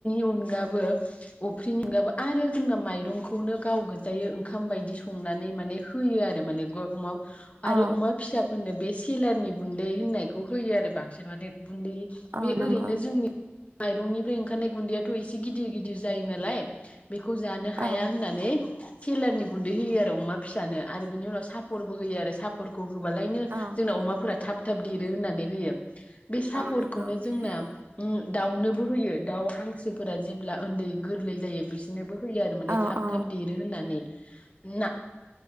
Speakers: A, on the left; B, on the right.
A: अनगाबो अफ्रिनि अनगाबो आरो जोंना माइरंखौनो गाव गोजायै ओंखाम बायदि संनानै माने होयो आरो माने अमा आरो
B: औ
A: अमा फिसा होननो बे सेलारनि गुन्दै होननायखौ होयो आरो बांसिन माने गुन्दै
B: औ
A: बे
B: नंगौ
A: ओरैनो जोंनि माइरंनिफ्राय ओंखारनाय गुन्दैयाथ' एसे गिदिर गिदिर जायो नालाय बेखौ जानो हाया
B: औ
A: होननानै सेलारनि गुन्दै होयो आरो अमा फिसानो आरो बिनि उनाव सापर्टबो होयो आरो सापर्टखौ होबालायनो
B: औ
A: जोंना अमाफोरा थाब थाब दिरो होननानै होयो । बे सापर्खौनो
B: औ नंगौ देरो
A: जोंना उम दाउनोबो होयो दाउ हांसो फोरा जेब्ला उन्दै गोरलै जायो बिसोरनोबो होयो आरो माने
B: औ
A: थाब
B: औ
A: थाब देरो होननानै । ना